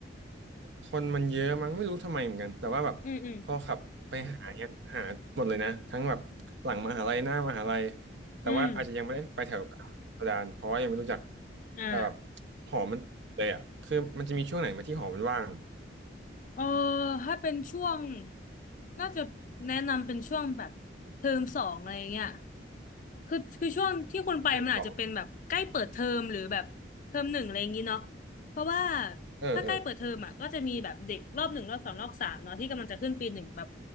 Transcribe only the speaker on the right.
คนมันเยอะมั้งไม่รู้ทำไมเหมือนกันแต่ว่าแบบพอขับไปหาเนี่ยหาหมดเลยนะทั้งแบบหลังมหาลัยหน้ามหาลัย
แต่ว่าอาจจะยังไม่ได้ไปแถว
กระดานเพราะว่ายังไม่รู้จัก
แต่แบบหอมันเลยอ่ะคือมันจะมีช่วงไหนไหมาที่หอมันว่าง
เทอมสอง
เออเออ